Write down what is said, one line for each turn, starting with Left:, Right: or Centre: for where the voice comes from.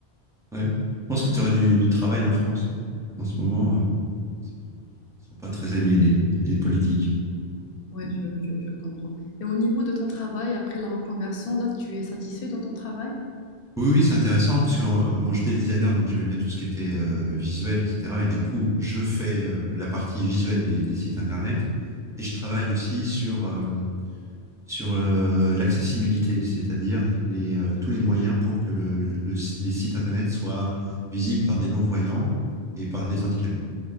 Centre: Ouais. Je pense que tu aurais du, du travail en France. hein. En ce moment, euh, ils sont, ils sont pas très aimés, les, les politiques.
Left: Oui, je, je- je comprends. Et au niveau de ton travail, après la reconversion, là, tu es satisfait de ton travail?
Centre: Oui, oui, c'est intéressant parce que euh, bon, j'étais designer, donc j'aimais bien tout ce qui était euh, visuel, etc. Et du coup, je fais euh, la partie visuelle des, des sites internet et je travaille aussi sur euh, sur euh, l'accessibilité, c'est-à-dire les euh, tous les moyens pour que le, le si- les sites internet soient visibles par des non-voyants et par des handicapés.